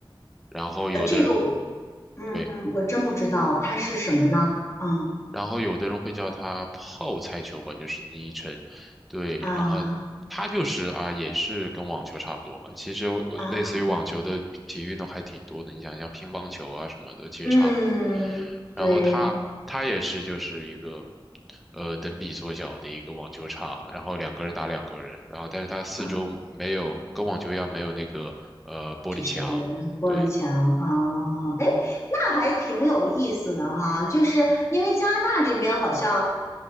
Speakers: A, in the centre; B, on the left.
A: 然后有的人
B: 呃，这个我嗯嗯我真不知道它是什么呢？
A: 对。
B: 嗯
A: 然后有的人会叫它泡菜球吧，就是昵称，对，
B: 啊
A: 然后它就是啊，也是跟网球差不多嘛。其实我我类似于网球的体育运动还挺多的，
B: 啊
A: 你想像乒乓球啊什么的，其实差不多。
B: 嗯，
A: 然后它它也是就是一个
B: 对
A: 呃等比缩小的一个网球场，然后两个人打两个人，然后但是它四周没有跟网球一样没有那个呃玻璃墙，
B: 啊就是玻璃墙啊，
A: 对，
B: 哎，那还挺有意思的哈。就是因为加拿大这边好像，呃，